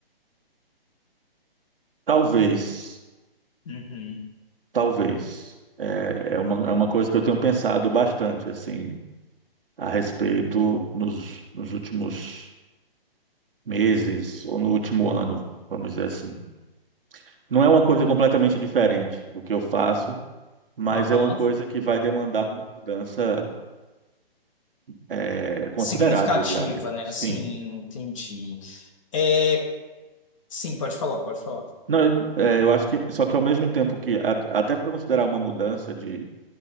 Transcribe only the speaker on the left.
Uhum.
Aham.
Significativa,
né?
Assim, entendi. É, sim, pode falar, pode falar.